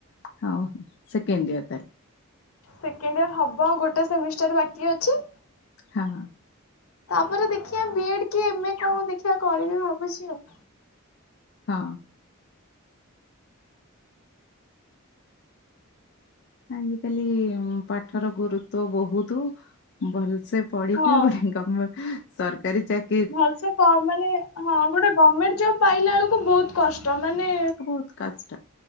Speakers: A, on the left (about 55°); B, on the left (about 80°).
A: ହଉ ସେକେଣ୍ଡ ୟର୍ ତାହାଲେ।
B: ସେକେଣ୍ଡ ଇୟର୍ ହବ ଆଉ ଗୋଟେ ସେମିଷ୍ଟାର ବାକି ଅଛି।
A: ହଁ ହଁ।
B: ତାପରେ ଦେଖିବା ବି ଏଡ୍ କି ଏମ୍ ଏ କଣ ମୁଁ ଦେଖିବା କରିବି ଭାବୁଛି ଆଉ।
A: ହଁ। ଆଜିକାଲି ପାଠର ଗୁରୁତ୍ୱ ବହୁତୁ ଭଲସେ ପଢିକି
B: ହଁ
A: ଗୋଟେ ଗମ୍ ସରକାରୀ ଚାକି
B: ଭଲସେ କ ମାନେ ହଁ ଗୋଟେ ଗମେଣ୍ଟ ଜବ୍ ପାଇଲା ବେଳକୁ ବହୁତ୍ କଷ୍ଟ ମାନେ
A: ବହୁତ କଷ୍ଟ